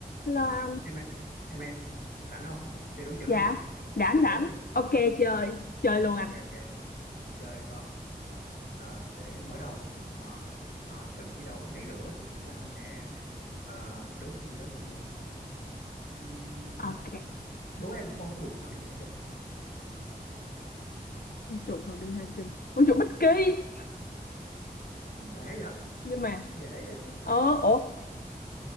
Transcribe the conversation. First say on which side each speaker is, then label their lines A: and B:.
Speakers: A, on the left; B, on the left.
A: Lo anh
B: em em em em rảnh không chơi đố chữ
A: dạ
B: đi
A: rảnh
B: chơi đố
A: rảnh
B: đi
A: ok chơi chơi luôn
B: ok
A: anh
B: ok chơi phải không Được rồi Ờ, để mở đầu một ờ, ờ, trận thi đấu nảy lửa thì chúng ta sẽ ờ, đố một cái gì đó nhẹ nhàng Ừm,
A: ok
B: đố em con chuột nào đi hai chân
A: chuột nào đi hai chân con chuột bích kỳ
B: Ừm, không lẽ vậy
A: nhưng mà
B: dễ vậy chứ không
A: ờ
B: không biết
A: ủa
B: cái gì